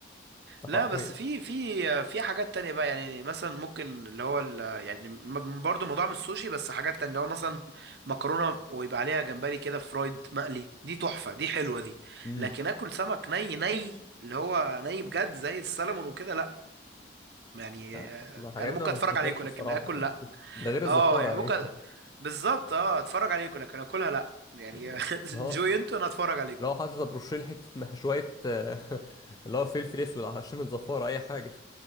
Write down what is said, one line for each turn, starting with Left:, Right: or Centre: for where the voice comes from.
Left: ده حرفيا
Right: لا بس في في في حاجات تانية بقى يعني مثلا ممكن اللي هو ال- يعني م- برضو موضوع من السوشي بس حاجات تانية اللي هو مثلا مكرونة ويبقى عليها جمبري كده فرايد مقلي دي تحفة دي حلوة دي
Left: امم
Right: لكن اكل سمك ني ني اللي هو ني بجد زي السلمون وكده لا يعني
Left: آه،
Right: آه،
Left: ما الحاجات
Right: انا ممكن
Left: دي ما
Right: اتفرج
Left: تتاكلش
Right: عليكم
Left: الصراحه
Right: لكن اكل
Left: يعني
Right: لا
Left: <laughs> ده غير الزفاره
Right: اه يعني ممكن
Left: يعني <laughs>
Right: بالظبط اه اتفرج عليكم لكن اكلها لا يعني
Left: اللي
Right: <laughs> انجوي
Left: هو
Right: انتوا انا اتفرج عليكم
Left: لو حاطط بروشيل حته مه- شويه آه، <laughs> اللي هو فلفل اسود علشان الزفاره اي حاجه